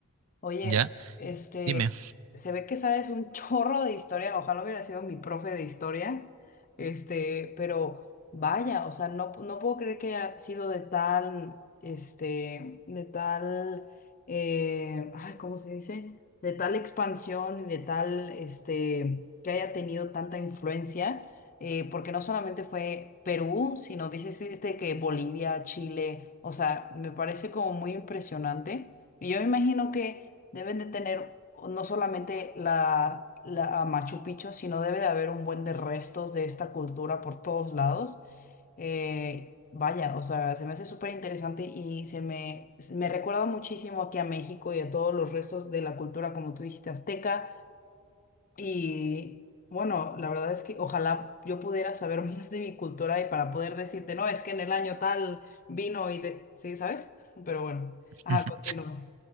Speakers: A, on the left; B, on the right.
A: Oye,
B: ¿Ya?
A: este,
B: Dime.
A: se ve que sabes un <laughs> chorro de historia, ojalá hubiera sido mi profe de historia, este, pero vaya, o sea, no, no puedo creer que haya sido de tal, este, de tal, eh, ay, ¿cómo se dice? De tal expansión y de tal, este, que haya tenido tanta influencia, eh, porque no solamente fue Perú, sino dices este que Bolivia, Chile, o sea, me parece como muy impresionante. Y yo me imagino que Deben de tener no solamente la, la a Machu Picchu, sino debe de haber un buen de restos de esta cultura por todos lados. Eh, vaya, o sea, se me hace súper interesante y se me, me recuerda muchísimo aquí a México y a todos los restos de la cultura, como tú dijiste, azteca. Y bueno, la verdad es que ojalá yo pudiera saber <laughs> más de mi cultura y para poder decirte, no, es que en el año tal vino y de... Sí, ¿sabes? Pero bueno, ajá,
B: <laughs>
A: continúo.